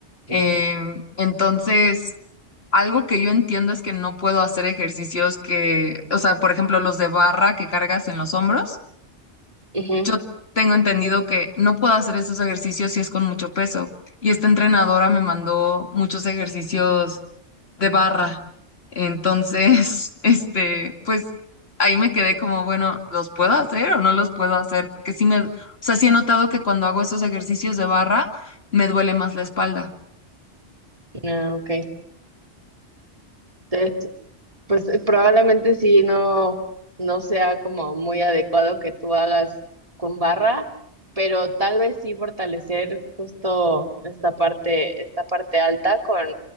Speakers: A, on the left (about 60°); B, on the right (about 30°).
A: Em,
B: Mm,
A: entonces... Algo que yo entiendo es que no puedo hacer ejercicios que, o sea, por ejemplo, los de barra que cargas en los hombros.
B: ujú,
A: Yo tengo entendido que no puedo hacer esos ejercicios si es con mucho peso. Y esta entrenadora me mandó muchos ejercicios de barra. Entonces, <laughs> este, pues ahí me quedé como, bueno, ¿los puedo hacer o no los puedo hacer? Porque sí me, o sea, sí he notado que cuando hago esos ejercicios de barra, me duele más la espalda.
B: ah, ok. Entonces, pues eh, probablemente sí no, no sea como muy adecuado que tú hagas con barra, pero tal vez sí fortalecer justo esta parte, esta parte alta con,